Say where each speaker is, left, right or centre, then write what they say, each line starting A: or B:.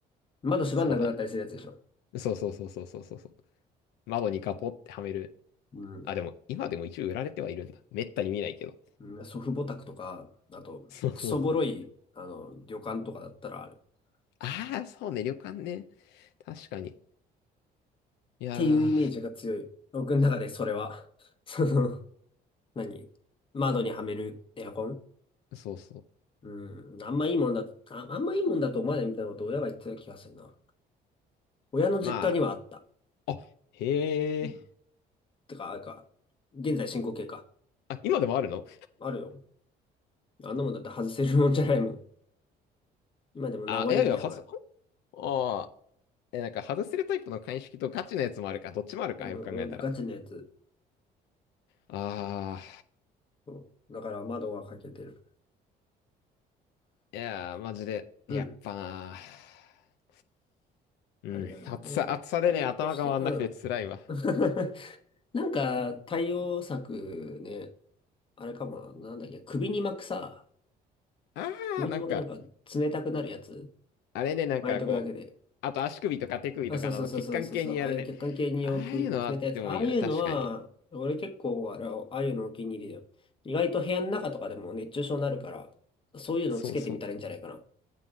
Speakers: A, on the left; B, on the left.
A: 窓閉まんなくなったりするやつでしょ。
B: そうだね。そうそうそうそうそうそう。窓にガポってはめる。
A: うん
B: あ、でも、今でも一応売られてはいるんだ。めったに見ないけど。
A: うん祖父母宅とか、あと、
B: そうそうそう。
A: クソボロい、あの、旅館とかだったらある。っ
B: ああ、そうね、旅館ね。確かに。いや
A: ていうイメージが強い。僕の中でそれは。<laughs> その、何窓にはめるエアコン
B: ー、そうそう。
A: うん、あんまいいもんだ、あ、あんまいいもんだと思わないみたいなことを親が言ってた気がするな。親の実家にはあった。
B: まあ、あ、へえ。
A: うんてか、あれか、現在進行形か。
B: あ、今でもあるの
A: あるよ。あんなもんだって外せるもんじゃないもん。今でも名残みたいなのがあ
B: あ、いやいや、外す、ああ、え、なんか外せるタイプの鑑識とガチのやつもあるか、どっちもあるか、
A: る。
B: よく考えたら。
A: なんかガチなやつ。
B: ああ、
A: そうだから窓が開けてる。
B: いやー、マジで、
A: うん。
B: やっぱなー。うん、
A: あれだな、
B: 暑さ、
A: なんか、
B: 暑さでね、
A: 対応として、
B: 頭が回んなくて辛いわ。
A: うん。<laughs> なんか、対応策ね、あれかもな、なんだっけ、首に巻くさ、
B: ああ、
A: 首に巻くなんか冷たくなるやつ、
B: なんか、あれね、なんかこう、
A: 巻いとくだけで。
B: あと足首とか手首とかのあの血管系にやるね。
A: あ、そうそうそうそうそうそう、ああいう血管系に置く冷たいやつ。
B: ああいうのあってもいいよね、
A: ああいうのは、
B: 確かに。
A: 俺結構あれ、ああいうのお気に入りだよ。意外と部屋の中とかでも熱中症になるから、そういうのつけてみたらいいんじゃないか
B: そうそう。